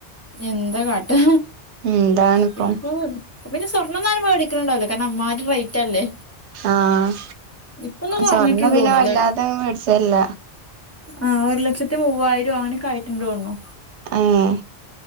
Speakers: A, on the left (about 15°); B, on the right (about 80°).
A: എന്താ കാട്ടാ
B: എന്താണിപ്പം
A: പിന്നെ ഇപ്പൊ ഇപ്പ പിന്നെ സ്വർണ്ണന്നാരും വേടിക്കണ് ണ്ടാവുല കാരണം അമ്മാരി റേറ്റ് അല്ലേ
B: ആഹ്
A: ഇപ്പൊന്ന് കൊറഞ്ഞിട്ടുണ്ട്
B: സ്വർണം പിന്നെ
A: തോണുല്ലേ
B: വല്ലാതെ മേടിച്ചയില്ല
A: ആഹ് ഒരു ലക്ഷത്തി മൂവായിരോ അങ്ങനെക്കെ ആയിട്ട്ണ്ടോർന്നു
B: ഏഹ്